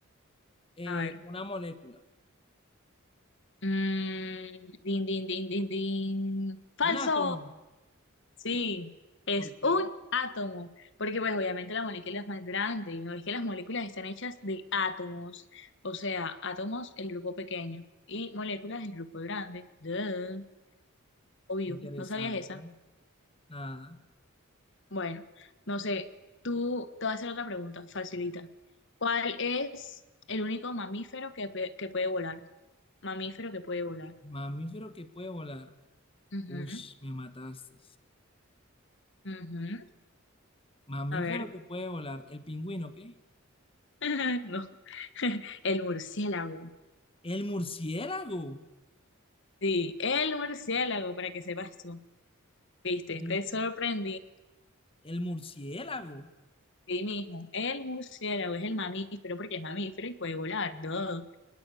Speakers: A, on the left; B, on the left.
A: Eh,
B: A ver.
A: una molécula.
B: Mm, din, din, din, din, din. Falso.
A: Un átomo.
B: Sí, es
A: ¿Por qué?
B: un átomo. Porque pues obviamente la molécula es más grande. No es que las moléculas están hechas de átomos. O sea, átomos, el grupo pequeño. Y moléculas, el grupo grande. Duh. Obvio,
A: Interesante.
B: ¿no sabías esa?
A: Nada.
B: Bueno, no sé. Tú te voy a hacer otra pregunta, facilita. ¿Cuál es el único mamífero que, pe- que puede volar? Mamífero que puede volar.
A: Mamífero que puede volar.
B: Ujú,
A: Uy, me mataste.
B: ujú.
A: Mamífero
B: A ver.
A: que puede volar. ¿El pingüino qué?
B: <laughs> No, <laughs> el murciélago.
A: El murciélago.
B: Sí, el murciélago, para que sepas tú. Viste,
A: El,
B: te sorprendí.
A: el murciélago.
B: Sí, mijo, el murciélago es el mamífero porque es mamífero y puede volar. todo.